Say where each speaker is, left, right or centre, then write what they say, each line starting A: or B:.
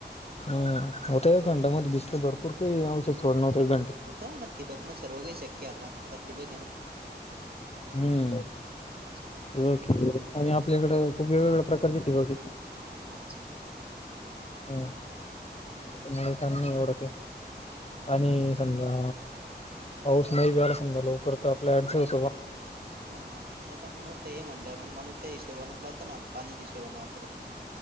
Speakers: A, on the left; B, on the right.
A: हम्म होतो
B: बरं
A: एक घंटा मध्ये बीसतं भरपूर काही आवशया सोड नव्हतं घंट्या.
B: ताव ती बघ ना सर्व काही शक्य आता ती बघ आहे ना.
A: हम्म
B: अच्छा
A: <unintelligible> आणि आपल्याकडं खूप वेगवेगळ्या प्रकारची तेे ब की.
B: अच्छा.
A: हम्म.
B: हम्म
A: मला तान नाही एवढं काय आणि
B: हा नाही
A: समजा पाऊस नाही बी आला समजा लवकर तर आपल्या ऍडसो होतो गं.
B: हा हा नाही आता मोठं हे म्हटल्यावर मग माणूस त्या हिशोबानेच लावत ना पाण्याच्या हिशोबाने आद्रत.